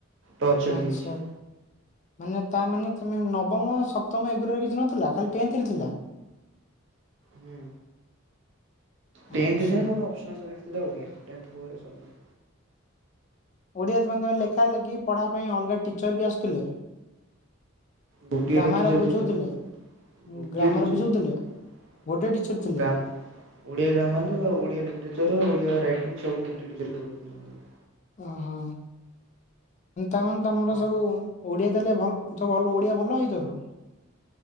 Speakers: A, on the right; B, on the left.
A: ଟଚ୍ ଛାଡି
B: ଆଚ୍ଛା
A: ଯାଇଛି।
B: ମାନେ ତା ମାନେ ତମେ ନବମ, ସପ୍ତମ ଏଗୁରା ରେ କିଛି ନଥିଲା ଖାଲି ଟେନଥରେ ଥିଲା।
A: ହୁଁ ଟେନ୍ଥ
B: ଆଚ୍ଛା
A: ଯାଏ ମୋର୍ ଅପ୍ସନାଲ୍ ସବୁଏଠେ ଥିଲା ଓଡ଼ିଆ ଟେନ୍ଥ ପରେ ସବୁ
B: ଓଡ଼ିଆ ଛୁଆ ଙ୍କ ଲେଖା ଲେଖି ପଢ଼ା ପାଇଁ ଅଲଗା ଟିଚର ବି ଆସୁଥିଲେ।
A: ଗୋଟିଏ
B: ଗ୍ରାମାର
A: ତ ଟିଚର
B: ବୁଝଉଥିଲେ
A: ଥିଲେ ଗୋଟିଏ
B: ଗ୍ରାମାର
A: ଟିଚର
B: ବୁଝଉଥିଲେ ଗୋଟେ ଟିଚର ଥିଲେ
A: grammar Odia grammar, Odia literature, Odia write ସବୁ ଗୋଟିଏ କରୁଥିଲେ ପିଲାଙ୍କର।
B: ଓହୋ। ତାମାନେ ତମର
A: ହଁ
B: ସବୁ ଓଡିଆ ଦେଲେ ଭଲ ସବୁ ଭଲ ଓଡିଆ ଭଲ ହେଇଚି ତୋର।